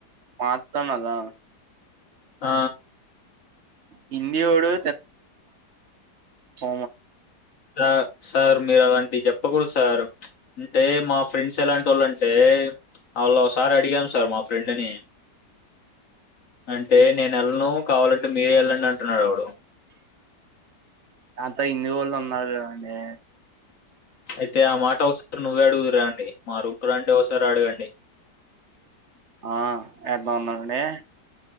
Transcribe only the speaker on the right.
మార్తానరా
హిందీ వాడు <unintelligible>
అంత హిందీ వాళ్ళు ఉన్నారు అండి
ఆ ఎన్నా ఉనండి